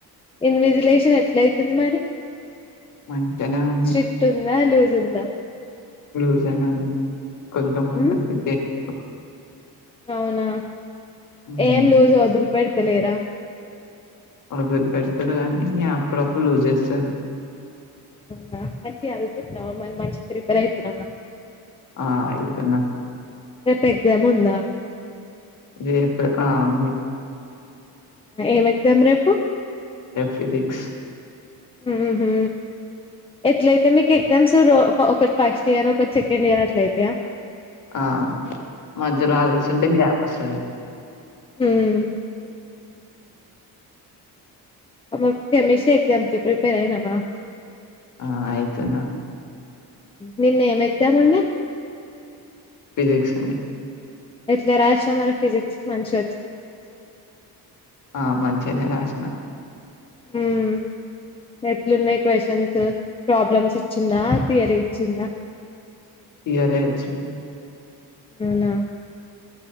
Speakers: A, on the left (about 15°); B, on the left (about 55°).
A: ఇన్విజిలేషన్ ఎట్లా అయితుంది మరి
B: మంచిగానే ఉంది
A: స్ట్రిక్ట్ ఉందా లూస్ ఉందా
B: లూజ్ గనె ఉన్నయ్ కొంచం మంచి
A: హ్మ్
B: అనిపిత్తె <inaudible>
A: అవునా
B: మ్మ్.
A: ఏం లోజౌదురి పెడుతలేరా
B: వదిలి పెడతారు కాని అప్పుడప్పుడు లూజ్ చేస్తారు
A: అవునా మంచిగా చదుకుంటున్నావా మరి మంచి ప్రిపేర్ అయితున్నావా
B: ఆ ఆయితున్న
A: రేప్శ ఎగ్జాముందా
B: రేపు ఆ ఉంది
A: ఏమె ఎగ్జామ్ రేపు
B: నెట్ఫిజిక్స్
A: హ్మ్ హు ఎట్లయితే మీకు ఎగ్జామ్స్ రో ఒక ఫస్ట్ ఇయర్ ఒకటి సెకండ్ ఇయర్ అట్లయితయా
B: ఆ మధ్యలో ఆఫీస్తుంటే గ్యాప్ వస్తది.
A: హ్మ్ <unintelligible> మిషిన్ ఎగ్జామ్కి ప్రిపేర్ అయినవా
B: ఆ ఆయుతున్నా
A: నిన్న ఏం ఎగ్జామ్ ఉండే
B: ఫిజిక్స్ ఉంది.
A: ఎట్ల రాషినవ్ మరి ఫిజిక్స్ మంచి
B: ఆ మంచినే రాష్
A: హ్మ్ ఎట్లున్నాయి క్వశ్చన్స్ ప్రాబ్లమ్స్ ఇచ్చిందా థియరీ ఇచ్చిందా
B: థియరే వచ్చింద్
A: అవునా